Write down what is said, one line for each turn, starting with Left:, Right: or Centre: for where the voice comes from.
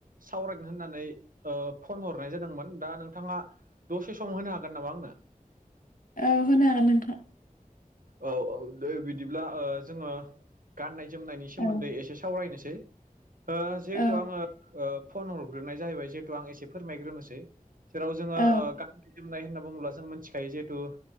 Right: सावरायगोन होननानै ओ फन हरनाय जादोंमोन दा नोंथाङा दसे सम होनो हागोन नामा आंनो?
Left: औ होनो हागोन नोंथां।
Right: औ औ दे बिदिब्ला जोङो गाननाय जोमनायनि
Left: औ
Right: सोमोन्दै एसे सावरायनोसै। ओ जिहेथु
Left: औ
Right: आङो फन हरग्रोनाय जाहैबाय जिहेतु आं एसे फोरमायग्रोनोसै। जेराव जोङो
Left: औ
Right: ओ गाननाय जोमनाय होनना बुङोब्ला जों मिथिखायो जिहेथु